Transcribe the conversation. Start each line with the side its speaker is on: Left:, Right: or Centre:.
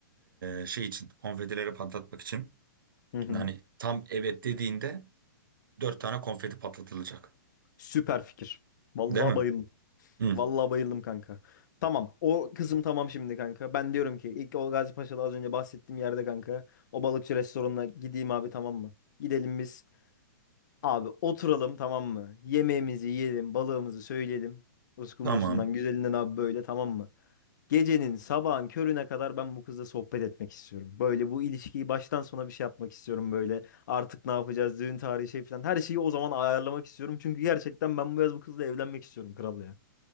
Right: E, şey için konfetileri patlatmak için.
Left: Hı hı.
Right: Şimdi hani tam evet dediğinde dört tane konfeti patlatılacak.
Left: Süper fikir. Vallahi
Right: Değil mi?
Left: bayıldım.
Right: Hı,
Left: Vallahi bayıldım kanka. Tamam. O kızım tamam şimdi kanka. Ben diyorum ki ilk o Gazi Paşa'da az önce bahsettiğim yerde kanka. O balıkçı restoranına gideyim abi tamam mı? Gidelim biz. Abi oturalım tamam mı? Yemeğimizi yiyelim. Balığımızı söyleyelim. Uskumrusundan
Right: tamam.
Left: güzelinden abi böyle tamam mı? Gecenin sabahın körüne kadar ben bu kızla sohbet etmek istiyorum. Böyle bu ilişkiyi baştan sona bir şey yapmak istiyorum böyle. Artık ne yapacağız, düğün tarihi şey falan. Her şeyi o zaman ayarlamak istiyorum. Çünkü gerçekten ben bu yaz bu kızla evlenmek istiyorum kral ya.